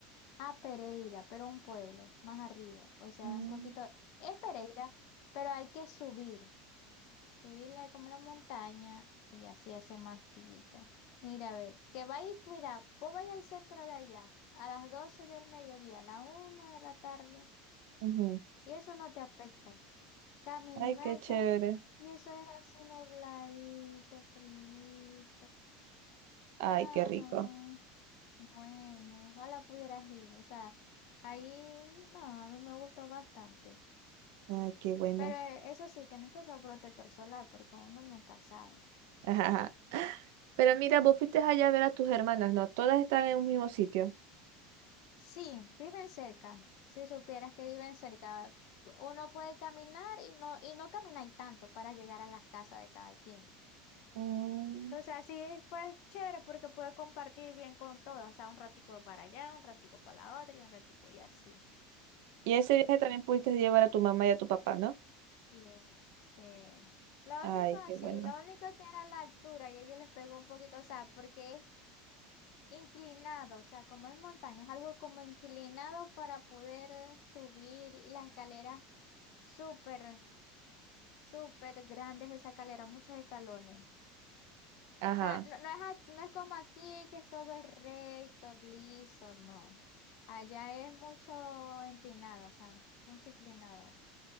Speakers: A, on the left; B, on the right.
A: a Pereira, pero un pueblo más arriba. O sea,
B: Mm,
A: es un poquito, es Pereira, pero hay que subir, subirla como la montaña y así hace más frío. Mira, ve, que va y- mira, vos vais al centro de allá a las 12 del mediodía, a la una de la tarde,
B: ujú.
A: y eso no te afecta. Camina
B: Ay, qué
A: y,
B: chévere.
A: ca- y eso es así nubladito, frío.
B: Ay,
A: Ajá.
B: qué rico.
A: Bueno, ojalá pudieras ir. O sea, ahí no, a mí me gustó bastante.
B: Ay, qué bueno.
A: Pero eh, eso sí, tenés que usar protector solar porque uno nunca sabe.
B: <laughs> Ajá. ajá. Pero mira, vos fuiste allá a ver a tus hermanas, ¿no? Todas están en un mismo sitio.
A: Sí, viven cerca. Si supieras que viven cerca, uno puede caminar y no, y no camináis tanto para llegar a las casas de cada quien.
B: Mm,
A: o sea sí fue chévere porque pude compartir bien con todos. O sea, un ratico para allá, un ratico para la otra y un ratico y así.
B: Y ese viaje también pudiste llevar a tu mamá y a tu papá, ¿no?
A: Sí, sí. Lo
B: Ay,
A: único,
B: qué
A: sí,
B: bueno.
A: lo único que era la altura y ellos les pegó un poquito, o sea, porque es inclinado, o sea, como es montaña, es algo como inclinado para poder eh, subir y las escaleras súper, súper grandes, esa escalera, muchos escalones.
B: Ajá.
A: O sea, no, no es, a- no es como aquí que todo es recto, liso, no. Allá es mucho empinado, o sea, mucho inclinado.